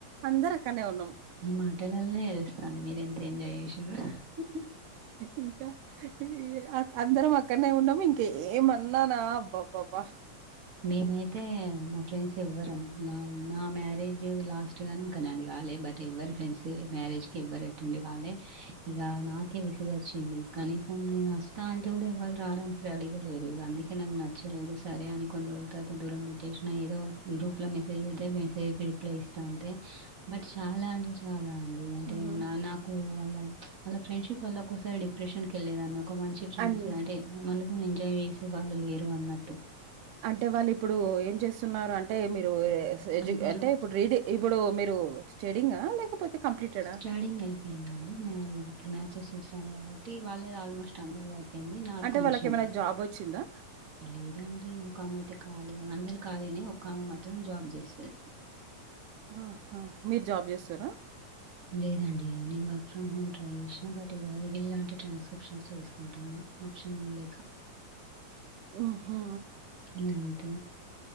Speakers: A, on the right; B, on the right.
A: అందరు అక్కడనే ఉన్నాం.
B: మీ మాటలలోనే అని మీరు ఎంత ఎంజాయ్ చేసురు హ్హ్
A: ఇంకా ఈ అ అందరం మా అక్కడనే ఉండము ఇంకేమన్నానా అబ్బాబ్బాబ్బ
B: మేమైతే మా ఫ్రెండ్స్ ఎవ్వరం నాది నా మ్యారేజ్ లాస్ట్ గాని ఇంకా నాది కాలే బట్ ఎవ్వరి ఫ్రెండ్స్ మ్యారేజ్ కి ఎవ్వరు అటెండ్ నివ్ గానే ఇగ నాకే విసుగు వచ్చింది కనీసం నేను వస్తా అంటే కూడా ఎవళ రావడానికి రడిగలేరు ఇగ అందుకే నాకు నచ్చలేదు సరే అని కొన్ని రోజుల తర్వాత దూరం పెట్టేసిన ఏదో గ్రూప్ లో మెసేజ్ పెడితే మెసేజ్ రిప్లై ఇస్తా అంతే బట్ చాలా అంటే చాలా అన్ ఇగ అంటే
A: హుహు.
B: నా నాకు వాళ్ళ వా ఫ్రెండ్షిప్ వల్ల ఒక్కసారి డిప్రెషన్ క వెళ్ళలేదాన్ని ఒక మంచి ఫ్రెండ్స్
A: అన్
B: అంటే మనతో ఎంజాయ్ చేసే వాళ్ళు లేరు అన్నట్టు
A: అంటే వాళ్ళు ఇప్పుడు ఏం చేస్ స్తున్నారు అంటే మీరు ఎ ఎస్ ఎడ్యూ
B: అందరూ
A: అంటే ఇప్పుడు రీడి ఇప్పుడు మీరు స్టడింగ లేకపోతే కంప్లీటెడా?
B: స్టడీంగ్ అయిపోయిందండి మ్యారేజ్ ఇప్పుడు మ్యాచెస్ చూస్తారు కాబట్టి వాళ్ళ ఆల్మోస్ట్ అందరు అపో యింది నాది
A: అంటే
B: కొంచెం
A: వాళ్ళకేమైనా జాబొచ్చిందా?
B: లేదండి ఇంకా ఆమె అయితే ఖాళీ అని అందరు ఖాళీనే ఒక ఆమె మాత్రం జాబ్ చేస్తాది.
A: ఆహా! మీరు జాబ్ చేస్తుర్రా?
B: లేదండి నేను వర్క్ ఫ్రమ్ హోమ్ ట్రై చేసిన బట్ ఇవ ఇవిలాంటి ట్రాన్స్క్రిప్షన్స్ చేసుకుంటున్నా ఆప్షన్ ఏం లేక
A: ఆహా
B: ఇగ అంతే